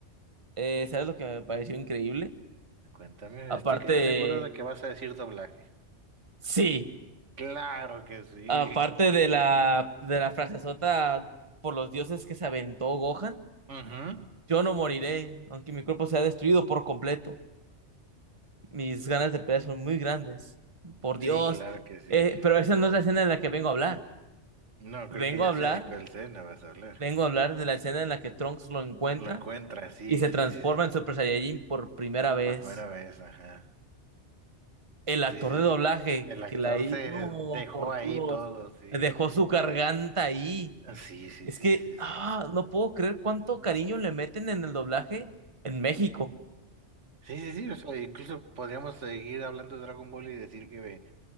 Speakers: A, on the right; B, on the right.
A: Eh, ¿sabes lo que me pareció increíble?
B: Cuéntame,
A: Aparte
B: estoy casi
A: de...
B: seguro de que vas a decir doblaje.
A: Sí,
B: Claro que sí.
A: aparte de la, de la frasezota por los dioses que se aventó Gohan,
B: <laughs> Ujú.
A: yo no moriré, aunque mi cuerpo sea destruido por completo. Mis ganas de pelear son muy grandes. Por Dios.
B: Sí, claro que sí.
A: Eh, pero esa no es la escena en la que vengo a hablar.
B: No, creo
A: Vengo
B: que ya
A: a hablar,
B: sé de cuál escena vas a hablar.
A: vengo a hablar de la escena en la que Trunks lo encuentra
B: Lo encuentras, sí,
A: y se
B: sí,
A: transforma
B: sí, sí.
A: en
B: sí.
A: Super Saiyajin por primera vez.
B: Por primera vez, ajá.
A: El
B: Sí,
A: actor
B: sí,
A: de doblaje
B: sí. El actor
A: que la hizo
B: se
A: no,
B: dejó
A: por
B: ahí
A: Dios,
B: todo, sí.
A: dejó su garganta ahí.
B: Sí, sí,
A: Es
B: sí,
A: que,
B: sí,
A: ah,
B: sí.
A: no puedo creer cuánto cariño le meten en el doblaje en México.
B: Sí, sí, sí, o sea, incluso podríamos seguir hablando de Dragon Ball y decir que